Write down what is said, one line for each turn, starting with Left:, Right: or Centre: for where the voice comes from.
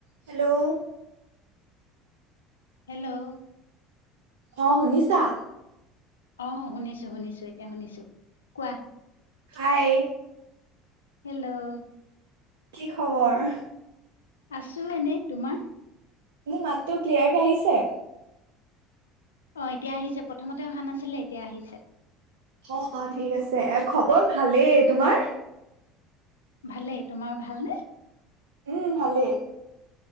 Right: Hello
Left: hello
Right: অ শুনিছা
Left: অ শুনিছো শুনিছো এতিয়া শুনিছো কোৱা
Right: হয়াই
Left: হেল্ল'
Right: কি খবৰ
Left: আছো এনে তোমাৰ
Right: মোৰ মাতটো ক্লিয়াৰকে আহিছে
Left: অ এতিয়া আহিছে প্ৰথমতে অহা নাছিলে এতিয়া আহিছে
Right: অ অ ঠিক আছে খবৰ ভালেই তোমাৰ
Left: ভালেই তোমাৰ ভালনেে
Right: উম ভালেই